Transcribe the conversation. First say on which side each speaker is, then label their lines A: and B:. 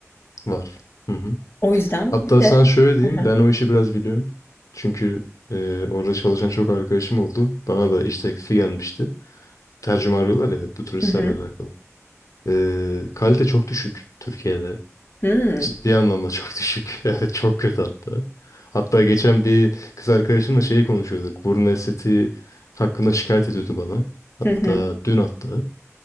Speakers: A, on the left; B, on the left.
A: var. Hı hı.
B: O yüzden
A: Hatta
B: bir de
A: sana şöyle diyeyim,
B: <laughs>
A: ben o işi biraz biliyorum. Çünkü e, orada çalışan çok arkadaşım oldu. Bana da iş teklifi gelmişti. Tercüme arıyorlar ya bu turistlerle
B: Hı hı.
A: alakalı. E, kalite çok düşük Türkiye'de.
B: Hıı.
A: Ciddi anlamda çok <laughs> düşük. Evet çok kötü hatta. Hatta geçen bir kız arkadaşımla şeyi konuşuyorduk. Burun estetiği hakkında şikayet ediyordu bana. Hatta
B: Hı hı.
A: dün hatta.